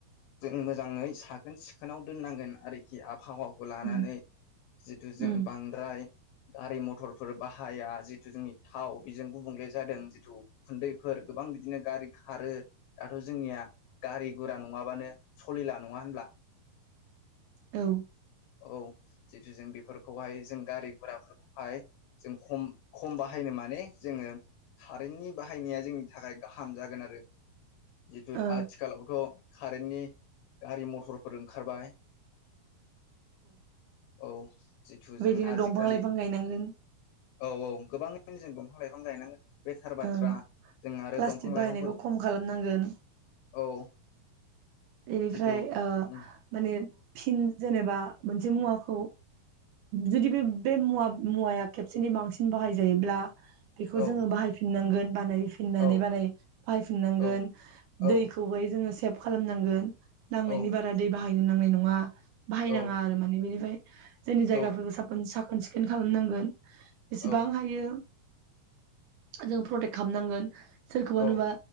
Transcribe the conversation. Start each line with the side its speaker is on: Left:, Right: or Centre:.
Left: जों मोजाङै साखोन सिखोन खोनाव दोननांगोन आरोखि आबहावाखौ लानानै।
Right: उम
Left: जिथु जों
Right: उम
Left: बांद्राय गारि मथरफोर बाहाया जिथु जोंनि थाव बेजों गुबुंले जादों जिथु उखुन्दैफोर गोबां बिदिनो गारि खारो दाथ' जोंनिया गारि गुरा नङाबानो सलिला नङा होनब्ला?
Right: औ
Left: औ जितु जों बेफोरखौहाय जों गारि गराफोरखौहाय जों खम खम बाहायनो माने जोङो कारेन्टनि बाहायनाया जोंनि थाखाय गाहाम जागोन आरो। जिथु
Right: औ
Left: आथिखालावथ' कारेन्टनि गारि मथरफोर ओंखारबाय। औ जिथु
Right: बेबायदिनो
Left: जों आजिखालि
Right: दंफां लाइफां गायनांगोन
Left: औ औ गोबाङैनो जों दं। बिफां लाइफां गायनांगोन। बे थार बाथ्रा
Right: ओ
Left: जों आरो
Right: प्लास्टिक
Left: दंफां
Right: बाहायनायखौ
Left: लाइफांखौ
Right: खम खालामनांगोन
Left: औ
Right: बेनिफ्राय
Left: जिथु
Right: ओ
Left: उम
Right: माने फिन जेनेबा। मोनसे मुवाखौ जुदि बे बे मुवा मुवाया खेबसेनि बांसिन बाहायजायोब्ला। बेखौ
Left: औ
Right: जोङो बाहायफिननांगोन बानायफिननानै
Left: औ
Right: बानाय बाहायफिननांगोन
Left: औ औ
Right: दैखौहाय जोङो सेफ खालामनांगो गोन। नांनायनि
Left: औ
Right: बारा दैबाहा बाहायनो नांनाय नङा। बाहायनाङा
Left: औ
Right: आरो माने बेनिफ्राय जोंनि जायगाफोरखौ
Left: औ
Right: साफोन साखो साखोन सिखोन खालामनांगोन। बेसेबां
Left: औ
Right: हायो। जों प्रटेक्ट खालामनांगोन। सोरखौबा
Left: औ
Right: नुबा।